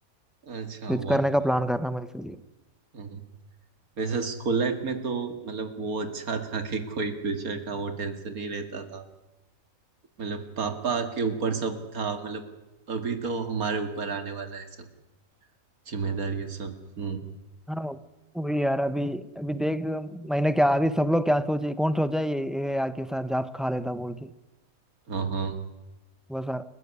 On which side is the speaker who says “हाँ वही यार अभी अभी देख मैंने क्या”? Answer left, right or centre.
Centre